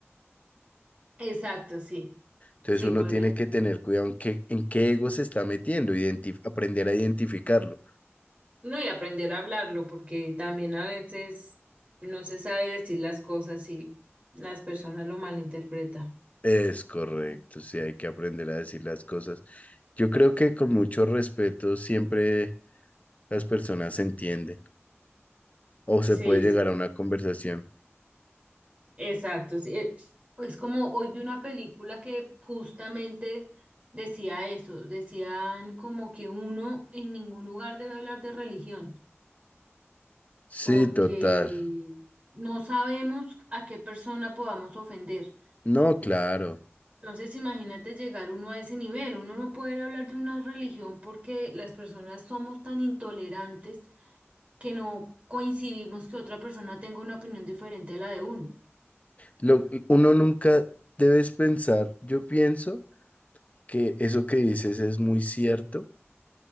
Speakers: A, on the right (about 30°); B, on the left (about 30°).
A: Exacto, sí.
B: Entonces
A: Sí,
B: uno
A: podría
B: tiene que
A: ser.
B: tener cuidado en qué, en qué ego se está metiendo, identi- aprender a identificarlo.
A: No, y aprender a hablarlo, porque también a veces no se sabe decir las cosas y las personas lo malinterpretan.
B: Es correcto, sí, hay que aprender a decir las cosas. Yo creo que con mucho respeto siempre las personas se entienden o se
A: Sí,
B: puede llegar
A: sí.
B: a una conversación.
A: Exacto, sí, eh, Es como hoy vi una película que justamente decía eso, decían como que uno en ningún lugar debe hablar de religión,
B: Sí,
A: porque
B: total.
A: no sabemos a qué persona podamos ofender.
B: No, claro.
A: Entonces imagínate llegar uno a ese nivel, uno no puede hablar de una religión porque las personas somos tan intolerantes que no coincidimos que otra persona tenga una opinión diferente a la de uno.
B: Lo, uno nunca debes pensar, yo pienso que eso que dices es muy cierto,